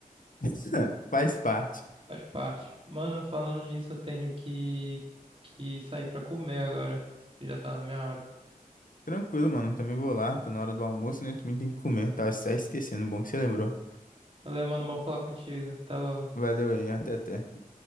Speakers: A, on the left; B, on the right.
A: <laughs> Faz parte.
B: faz parte. Mano, falando nisso, eu tenho que, que sair pra comer agora, que já tá na minha hora.
A: Tranquilo, mano. Também vou lá, tá na hora do almoço, né? Também tem que comer. Tava até esquecendo, bom que você lembrou.
B: Valeu, mano, bom falar contigo. Até logo.
A: Valeu aí, até até.